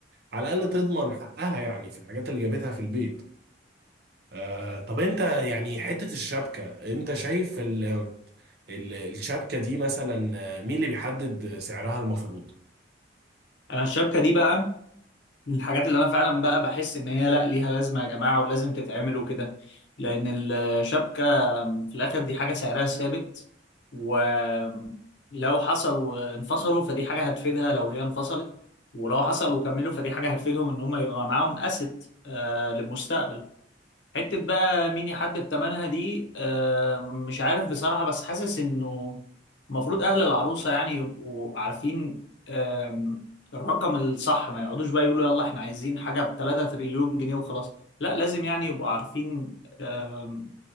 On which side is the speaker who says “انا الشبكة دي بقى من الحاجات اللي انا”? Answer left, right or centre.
Left